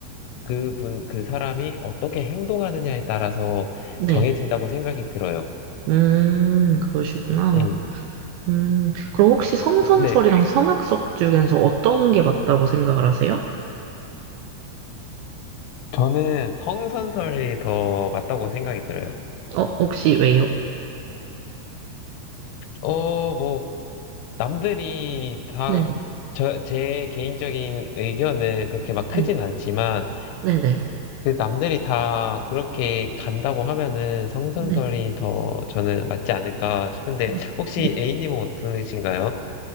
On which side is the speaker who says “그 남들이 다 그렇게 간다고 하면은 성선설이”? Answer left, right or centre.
Left